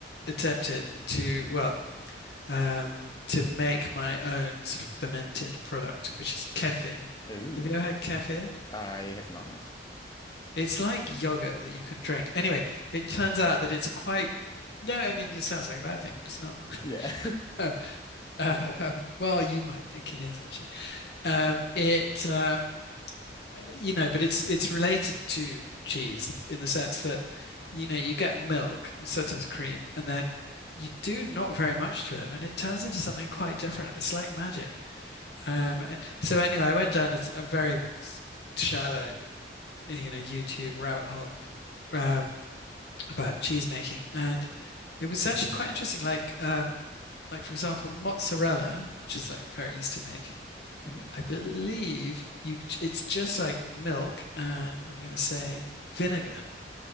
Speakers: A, on the left (about 65°); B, on the left (about 20°).
A: attempted to, well, um, to make my own sort of fermented product, which is kefir.
B: Ooh,
A: Have you ever had kefir?
B: I have not.
A: It's like yogurt that you can drink. Anyway, it turns out that it's quite, no, I mean, it sounds like a bad thing, but it's not. <laughs>
B: Yeah.
A: Um, uh, um, well, you might think it is actually. Um, it um, you know, but it's it's related to cheese in the sense that, you know, you get milk and sometimes cream, and then you do not very much to it, and it turns into something quite different. It's like magic. Um, so anyway, I went down a, a very shallow, you know, YouTube rabbit hole um, about cheese making, and it was actually quite interesting. Like, um, like for example, mozzarella, which is like very easy to make
B: <laughs>
A: I believe
B: <laughs>
A: you it's just like milk and I'm gonna say vinegar.